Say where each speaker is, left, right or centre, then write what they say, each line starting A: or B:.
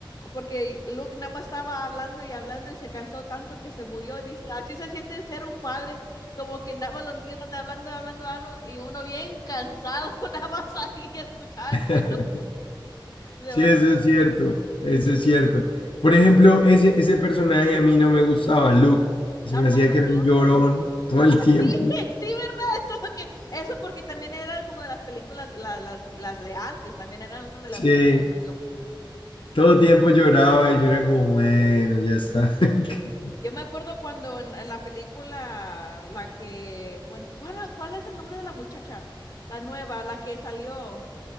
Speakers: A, on the left (about 45°); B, on the left (about 80°).
A: porque Luke nada más estaba hablando y hablando y se cansó tanto que se murió. Y dice, así se siente ser un padre, como que nada más los niños están hablando, hablando, hablando, y uno bien cansado, <laughs> nada más ahí escuchándolos.
B: <laughs>
A: Se
B: Sí,
A: va,
B: eso es cierto, eso es cierto. Por ejemplo, ese, ese personaje a mí no me gustaba, Luke. Se
A: ¿A
B: me hacía
A: poco
B: que era
A: no?
B: un llorón todo el
A: Ah,
B: tiempo.
A: sí, <laughs> sí, ¿verdad? Eso es lo que, eso porque también era como de las películas, la- las, las de antes, también era una de las
B: Sí,
A: que apenas salió
B: Todo tiempo lloraba y yo era como, bueno, ya está. <laughs>
A: Yo me acuerdo cuando en, en la película, la que, bueno, ¿cuál, cuál es el nombre de la muchacha? La nueva, la que salió,